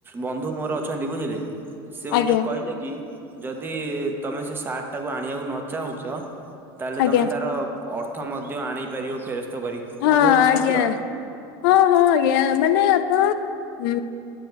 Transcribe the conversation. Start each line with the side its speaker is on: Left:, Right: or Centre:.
Right: ବନ୍ଧୁ ମୋର ଅଛନ୍ତି ବୁଝିଲେ। ସେ ମତେ
Left: ଆଜ୍ଞା
Right: କହିଲେ କି। ଯଦି ତମେ ସେ ସାର୍ଟ ଟାକୁ ଆଣିବାକୁ ନ ଚାହୁଁଚ ତାଲେ
Left: ଆଜ୍ଞା
Right: ତମେ ତାର ଅର୍ଥ ମଧ୍ୟ ଆଣି ପାରିବ ଫେରସ୍ତ କରି
Left: ହଁ
Right: ବନ୍ଧୁ ଏହା କଣ
Left: ଆଜ୍ଞା
Right: ସତ୍ୟ?
Left: ହଁ ହଁ ଆଜ୍ଞା ମାନେ ଆପଣ ଉ